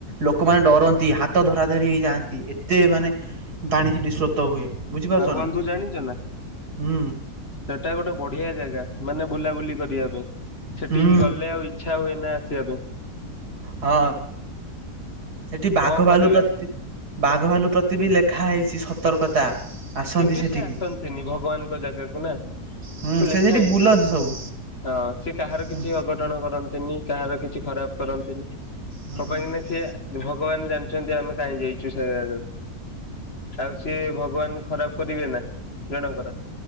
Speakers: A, on the right; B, on the left.
A: ଲୋକମାନେ ଡରନ୍ତି ହାତ ଧରା ଧରି ହେଇ ଯାଆନ୍ତି ଏତେ ମାନେ ପାଣି ସେଠି ସ୍ରୋତ ହୁଏ। ବୁଝିପାରୁଛ
B: ଆଉ ବନ୍ଧୁ
A: ନା।
B: ଜାଣିଛ ନା
A: ହୁଁ
B: ସେଟା ଗୋଟେ ବଢିଆ ଜାଗା ମାନେ ବୁଲାବୁଲି କରିବା ପାଇଁ ସେଠିକି
A: ହୁଁ
B: ଗଲେ ଆଉ ଇଚ୍ଛା ହୁଏ ନା। ସେଆ ପାଇଁାଇ
A: ହଁ ସେଠି ବାଘ
B: କଣ
A: ଭାଲୁ
B: କରିବା
A: ପ୍ରତି ବାଘ ଭାଲୁ ପ୍ରତି ବି ଲେଖା ହେଇଛିତ। ସତର୍କତା ଆସନ୍ତି
B: କିନ୍ତୁ
A: ସେଠିକି।
B: ସେି ଆସନ୍ତିନି ଭଗବାନଙ୍କ ଜାଗାକୁ ନା
A: ହୁଁ
B: ସେ ଲେଖା
A: ସେଠି
B: ହେଇଛି
A: ବୁଲନ୍ତି ସବୁ
B: ହଁ ସେି କାହାର
A: ହୁଁ
B: କିଛି ଅଘଟଣ କରନ୍ତିନି କାହାର କିଛି ଖରାପ କରନ୍ତୁ।
A: ହୁଁ
B: କ ପାଇଁ କି ସି ଭଗବାନ ଜାଣିଛନ୍ତି ଆମେ କାହିଁ ଯାଇଛୁ ସେକୁ ଆଉ ସିଏ ଭଗବାନ ଖରାପ କରିବେ ନା ଜଣଙ୍କର